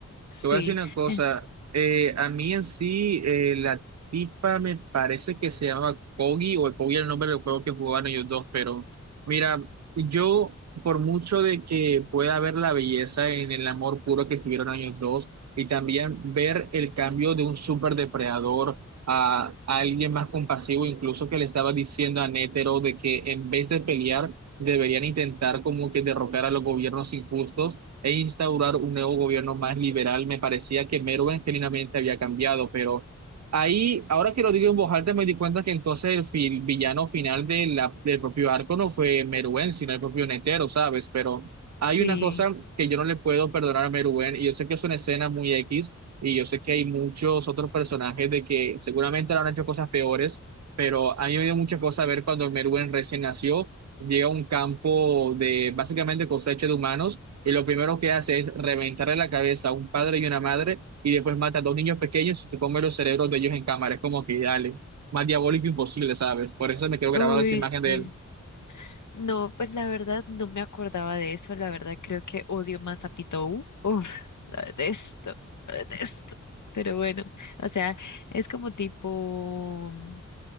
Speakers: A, on the left (about 70°); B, on the right (about 60°).
A: Sí,
B: Te voy a decir una cosa,
A: Eh,
B: eh, a mí en sí eh, la tipa me parece que se llama Kogi o Kogi era el nombre del juego que jugaban ellos dos, pero mira, yo por mucho de que pueda ver la belleza en el amor puro que tuvieron ellos dos y también ver el cambio de un super depredador a, a alguien más compasivo, incluso que le estaba diciendo a Nétero de que en vez de pelear deberían intentar como que derrocar a los gobiernos injustos e instaurar un nuevo gobierno más liberal. Me parecía que Merwin genuinamente había cambiado, pero ahí, ahora que lo digo en voz alta, me di cuenta que entonces el fil- villano final de la, del propio arco no fue Merwin, sino el propio Netero, ¿sabes? Pero hay
A: sí.
B: una cosa que yo no le puedo perdonar a Merwin, y yo sé que es una escena muy X, y yo sé que hay muchos otros personajes de que seguramente le han hecho cosas peores, pero a mí me dio mucha cosa ver cuando Merwin recién nació. Llega a un campo de básicamente cosecha de humanos y lo primero que hace es reventarle la cabeza a un padre y una madre y después mata a dos niños pequeños y se come los cerebros de ellos en cámara. Es como que dale, más diabólico imposible, ¿sabes? Por eso me quedo grabada
A: Uy,
B: esa imagen de
A: sí.
B: él.
A: No, pues la verdad no me acordaba de eso. La verdad creo que odio más a Pitou. <laughs> Uf, la detesto, la detesto. Pero bueno, o sea, es como tipo mm,